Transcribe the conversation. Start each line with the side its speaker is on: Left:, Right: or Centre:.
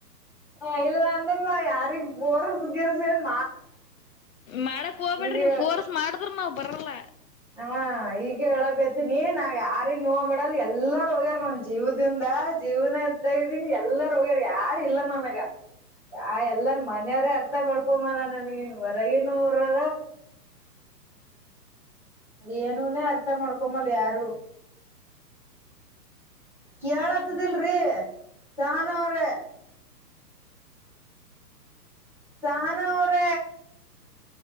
Centre: ಹ ಇಲ್ಲ ಅಂದ್ರೆ ನ ಯಾರಿಗ್ ಬೋರ್ ಗಿರ್ಸನ್
Left: ಮಾಡಕ್ ಹೋಗ್ಬೇಡ್ರಿ
Centre: ಈಗ
Left: ನೀವವು ಫೋರ್ಸ್ ಮಾಡಿದ್ರ ನಾವ್ ಬರಲ್ಲ
Centre: ಹಾ ಈಗ ಹೇಳಕೈತನಿ ನಾವ್ ಯಾರಿಗ್ ನೋವ ಮಾಡಲ್ಲ ಎಲ್ಲಾರ ಹೋಗ್ಯಾರ ನನ್ ಜೀವದಿಂದ ಜೀವನ ಇದದ್ದ ಇದ್ದಂಗ ಎಲ್ಲಾರ ಹೋಗ್ಯಾರ ಯಾರ ಇಲ್ಲ ನನ್ಗ ಆ ಎಲ್ಲಾರ ಮನೆಯವ್ರೇ ಅರ್ಥ ಮಾಡ್ಕೊಂಬಲ್ಲ ನನ್ಗಿನ್ ಹೊರಗಿನೂರರ ಏನನೇ ಅರ್ಥ ಮಾಡ್ಕೊಮ್ಮಲ್ಲ ಯಾರು ಕೇಳತದಲ್ರಿೀ ಸಾನೋಾರ ಸಹನ ಅವರ